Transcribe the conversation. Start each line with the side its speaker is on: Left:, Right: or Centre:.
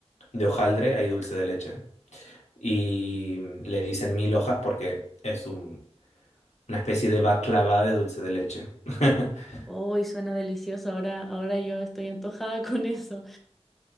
Left: de hojaldre hay dulce de leche. Y le dicen mil hojas porque es un- una especie de baklava de dulce de leche. <laughs>
Centre: Uy, suena delicioso, ahora, ahora yo estoy antojada <laughs> con eso.